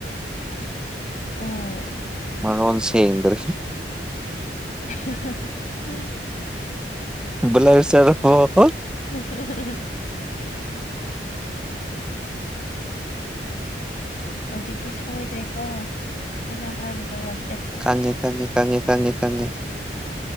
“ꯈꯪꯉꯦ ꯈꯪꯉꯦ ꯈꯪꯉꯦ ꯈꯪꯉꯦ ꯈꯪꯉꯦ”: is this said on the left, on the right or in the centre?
Centre